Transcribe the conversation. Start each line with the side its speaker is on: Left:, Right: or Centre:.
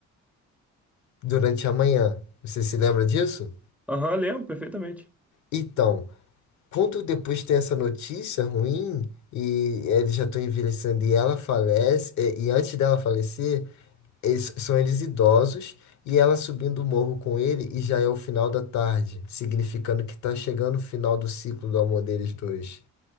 Left: Durante a manhã. Você se lembra disso?
Centre: Aham, lembro perfeitamente.
Left: Então, quando depois tem essa notícia ruim e eles já estão envelhecendo e ela falece, e, e antes dela falecer, eles, são eles idosos e ela subindo o morro com ele e já é o final da tarde, significando que tá chegando o final do ciclo do amor deles dois.